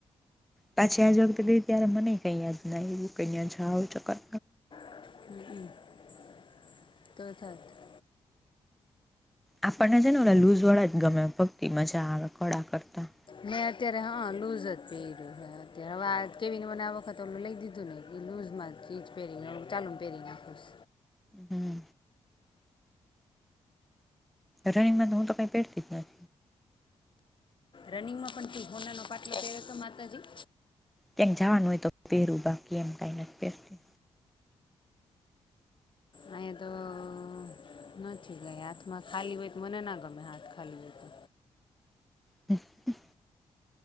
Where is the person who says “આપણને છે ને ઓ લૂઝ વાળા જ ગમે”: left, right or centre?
Centre